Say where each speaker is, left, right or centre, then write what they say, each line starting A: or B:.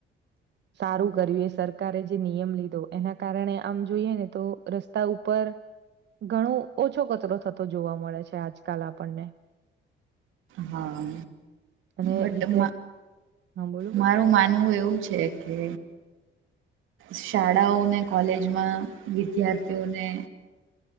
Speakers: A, on the right; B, on the right.
A: સારું કર્યું સરકારે જે નિયમ લીધો એના કારણે આમ જોઈએ ને તો રસ્તા ઉપર ઘણો ઓછો કચરો થતો જોવા મળે છે આજકાલ આપણને.
B: હા,
A: અને
B: બટ
A: વિદ્યાર્થી હા બોલો બોલો
B: મારું માનવું એવું છે. કે શાળાઓ ને કોલેજમાં વિદ્યાર્થીઓને.